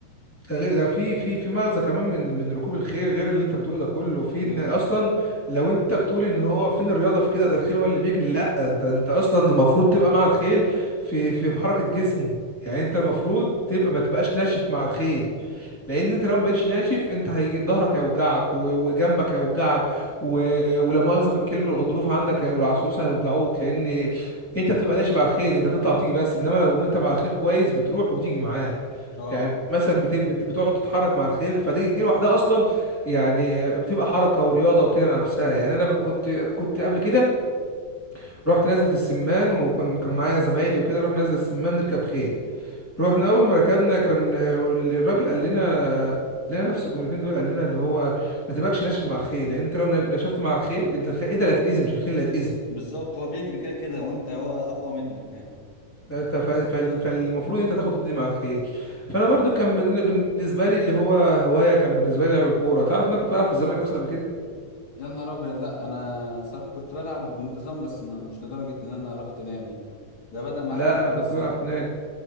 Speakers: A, in the centre; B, on the left.
A: ده غير ده في في في مغزى كمان من من ركوب الخيل غير اللي انت بتقوله ده كله في ان
B: ايه
A: اصلا لو انت بتقول ان هو فين الرياضه في كده ده الخيل هو اللي بيجري لا انت انت اصلا المفروض تبقى مع الخيل في في في حركه جسمه يعني انت المفروض تبقى ما تبقاش ناشف مع الخيل لان انت لو ما بقتش ناشف انت هي ظهرك هيوجعك و- وجنبك هيوجعك و- ولا مؤاخذه في الكلمه الغضروف عندك هي- والعصعوصه هيوجعوك لان انت بتبقى ناشف على الخيل انت بتطلع وتيجي بس انما لو انت مع الخيل كويس بتروح وتيجي معاه
B: اه
A: يعني مثلا بت- بت- بتقعد تتحرك مع الخيل فدي دي لوحدها اصلا يعني بتبقى حركه ورياضه وكده نفسها يعني انا ب- كنت كنت قبل كده رحت نزله السمان وكان كان معايا زمايلي وكده رحنا نزله السمان نركب خيل رحنا اول ما ركبنا كان الراجل قال لنا قال لنا نفس الجملتين دول قال لنا اللي هو ما تبقاش ناشف مع الخيل لان انت لو نشفت مع الخيل انت الخيل انت اللي هتتاذي مش الخيل اللي هيتاذي
B: بالظبط هو بيجري كده كده وانت هو اقوى منك يعني
A: انت ف- فال- فالمفروض انت تاخد وتدي مع الخير فانا برضو كان بال- بالنسبه لي اللي هو هوايه كان بالنسبه لي لعب الكوره تعرف ان انا كنت بلعب في الزمالك اصلا قبل كده
B: يا نهار ابيض لا انا صراحه كنت بلعب بانتظام بس ما مش لدرجه ان انا رحت نادي ده بدأ معاك
A: لا
B: الحوار
A: انا كنت
B: ازاي
A: بلعب في نادي